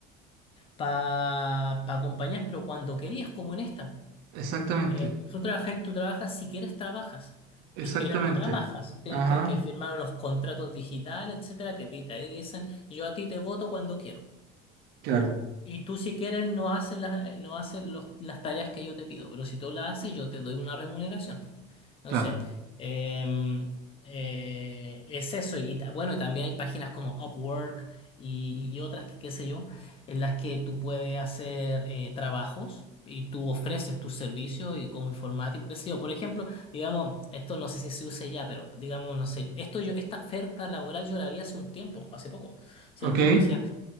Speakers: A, on the left; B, on the right.
A: para compañías, pero cuando querías, como en esta.
B: exactamente,
A: Eh, tú trabajas, tú trabajas, si quieres trabajas,
B: exactamente.
A: si quieres no trabajas, tienes
B: Ajá,
A: que, que firmar unos contratos digitales, etcétera, que te te dicen, yo a ti te voto cuando quiero.
B: claro,
A: Y tú si quieres no haces las, eh, no haces los- las tareas que yo te pido, pero si tú las haces yo te doy una remuneración. Entonces,
B: claro.
A: em, eh, es eso. Y ta- bueno, y también hay páginas como Upwork y, y otras que qué sé yo, en las que tú puedes hacer eh, trabajos y tú ofreces tus servicios y como informático, qué sé yo. Por ejemplo, digamos, esto no sé si se usa ya, pero digamos, no sé, esto yo, esta oferta laboral yo la vi hace un tiempo, hace poco. O sea,
B: ¿Ok?
A: un tipo decía